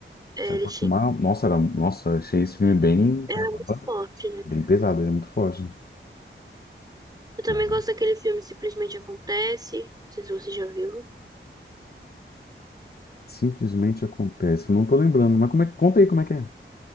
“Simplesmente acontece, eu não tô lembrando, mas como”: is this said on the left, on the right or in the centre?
Left